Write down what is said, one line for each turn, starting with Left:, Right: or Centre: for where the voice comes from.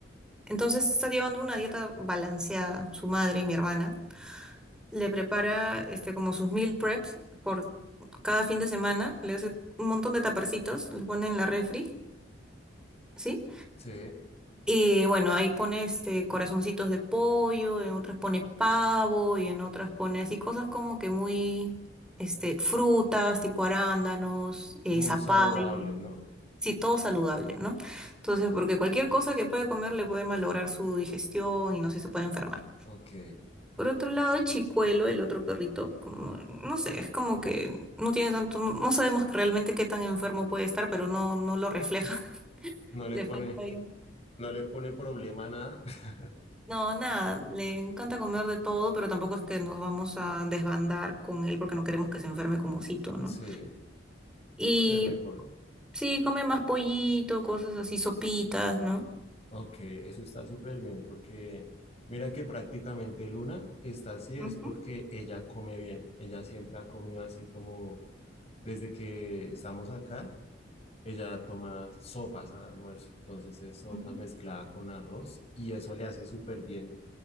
Centre: entonces está llevando una dieta balanceada. Su madre, mi hermana, le prepara este, como sus meal preps por cada fin de semana. Le hace un montón de tapercitos, los pone en la refri, ¿sí?
Left: Sí,
Centre: Y bueno, ahí pone este corazoncitos de pollo, en otras pone pavo y en otras pone así cosas como que muy este frutas tipo arándanos, eh,
Left: muy
Centre: zapallo,
Left: saludable, ¿no?
Centre: sí, todo saludable, ¿no? Entonces, porque cualquier cosa que puede comer le puede malograr su digestión y no sé, se puede enfermar.
Left: Ok.
Centre: Por otro lado, Chicuelo, el otro perrito, como, no sé, es como que no tiene tanto, no, no sabemos realmente qué tan enfermo puede estar, pero no, no lo refleja. <laughs>
Left: No le
Centre: Le
Left: pone,
Centre: falta ahí.
Left: no le pone problema a nada. <laughs>
Centre: No, nada, le encanta comer de todo, pero tampoco es que nos vamos a desbandar con él porque no queremos que se enferme como Cito, ¿no?
Left: Sí,
Centre: Y
Left: sí es mejor.
Centre: sí, come más pollito, cosas así, sopitas, no
Left: Ok, eso está súper bien porque mira que prácticamente Luna está así es
Centre: Ujú,
Left: porque ella come bien. Ella siempre ha comido así como desde que estamos acá. Ella toma sopas al almuerzo, entonces es sopas
Centre: ujú.
Left: mezclada con arroz y eso le hace súper bien.